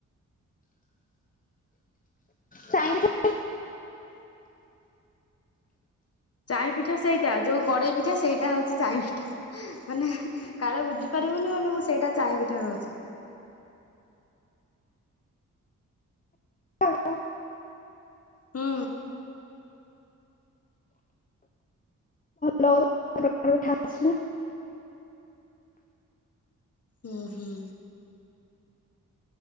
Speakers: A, on the left; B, on the left.
A: ଚାଇଁ ପିଠା
B: ଚାାଇଁ ପିଠା ସେଇଟା ଯୋଉ କଡେଇ ପିଠା ସେଇଟା ହଉଛି ଚାାଇଁ ପିଠା। ମାନେ କାଳେ ବୁଝି ପାରିବୁନି ବୋଲିନ ମୁଁ ସେଇଟା ଚାହିଁ ପିଠା କହୁଛି।
A: ହ୍ୟାଲୋ <inaudible>
B: ହୁଁ।
A: ଭଲ। ଆଠା ଆସଛି ନା <inaudible>
B: ହୁଁ ହୁଁ।